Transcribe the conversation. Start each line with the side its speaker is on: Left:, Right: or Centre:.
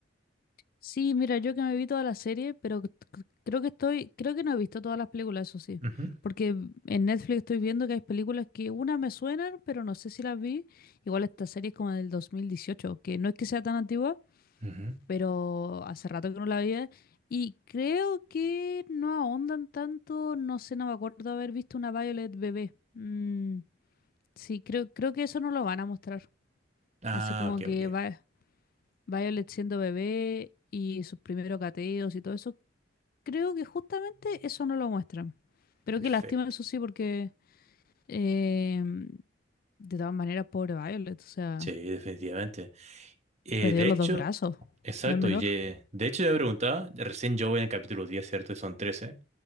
Left: Sí, mira, yo que me vi toda la serie, pero c- c- creo que estoy, creo que no he visto todas las películas, eso sí.
Right: Ujú,
Left: Porque en Netflix estoy viendo que hay películas que una me suenan, pero no sé si las vi. Igual esta serie es como del 2018, que no es que sea tan antigua,
Right: ujú.
Left: pero hace rato que no la veía. Y creo que no ahondan tanto, no sé, no me acuerdo haber visto una Violet bebé. Mm, sí, creo, creo que eso no lo van a mostrar.
Right: Ah,
Left: Así como
Right: ok,
Left: que
Right: ok.
Left: Va- Violet siendo bebé y sus primeros gateos y todo eso, creo que justamente eso no lo muestran. Pero
Right: Perfecto.
Left: qué lástima, eso sí, porque eh, de todas maneras, pobre Violet, o sea,
Right: Sí, definitivamente. Eh,
Left: perdió
Right: de
Left: los
Right: hecho,
Left: dos brazos,
Right: exacto,
Left: no es menor.
Right: y eh, de hecho yo me preguntaba, recién yo voy en el capítulo 10, ¿cierto? Y son 13.